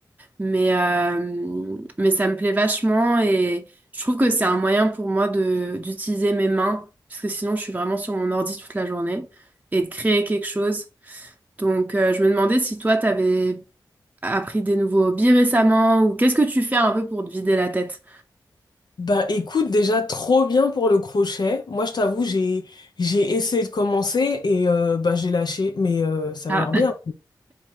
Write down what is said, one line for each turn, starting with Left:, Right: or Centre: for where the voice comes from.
Right: mais, euh, mais ça me plaît vachement et je trouve que c'est un moyen pour moi de d'utiliser mes mains, parce que sinon je suis vraiment sur mon ordi toute la journée, et de créer quelque chose. Donc euh, je me demandais si toi, t'avais appris des nouveaux hobbies récemment, ou qu'est-ce que tu fais un peu pour te vider la tête?
Left: Bah écoute, déjà trop bien pour le crochet. Moi je t'avoue, j'ai j'ai essayé de commencer et euh, bah j'ai lâché, mais euh, ça
Right: Ah,
Left: avait l'air bien.